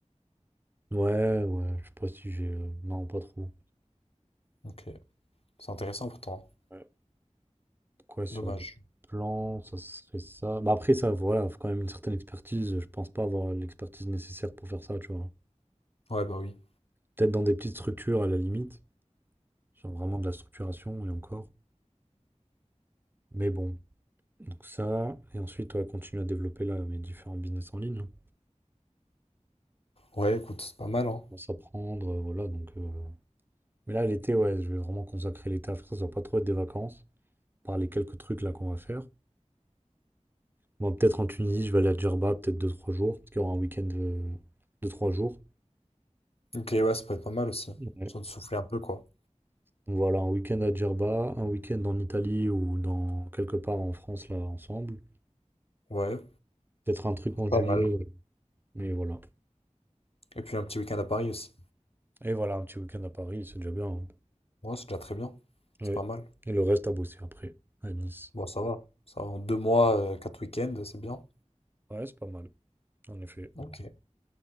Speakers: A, on the right; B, on the left.
A: Ouais, ouais, je sais pas si j'ai. euh, Non, pas trop.
B: Ok, c'est intéressant pourtant. hein.
A: Ouais. Quoi sur
B: Dommage.
A: le plan, ça serait ça. Bah après ça, voilà, faut quand même une certaine expertise. Je pense pas avoir l'expertise nécessaire pour faire ça, tu vois.
B: Ouais, bah oui.
A: Peut-être dans des petites structures à la limite, genre vraiment de la structuration et encore. Mais bon, donc ça, et ensuite ouais, continuer à développer là mes différents business en ligne. hein.
B: Ouais, écoute, c'est pas mal, hein.
A: Bon, s'apprendre, euh, voilà, donc. euh, Mais là l'été, ouais, je vais vraiment consacrer l'été à faire ça. Ça va pas trop être des vacances, par les quelques trucs là qu'on va faire. Bon, peut-être en Tunisie, je vais aller à Djerba, peut-être deux trois jours, parce qu'il y aura un week-end de deux trois jours.
B: Ok, ouais, ça peut être pas mal aussi.
A: Ouais.
B: Sans de souffler un peu, quoi.
A: Donc voilà, un week-end à Djerba, un week-end en Italie ou dans quelque part en France là ensemble.
B: Ouais,
A: Peut-être un truc en
B: pas
A: juillet,
B: mal.
A: euh, mais voilà.
B: Et puis un petit week-end à Paris aussi.
A: Et voilà, un petit week-end à Paris, c'est déjà bien. hein.
B: Ouais, c'est déjà très bien.
A: Ouais.
B: C'est pas mal.
A: Et le reste à bosser après, à Nice.
B: Bon, ça va. Ça va. En deux mois, euh, quatre week-ends, c'est bien.
A: Ouais, c'est pas mal, en effet.
B: Ok.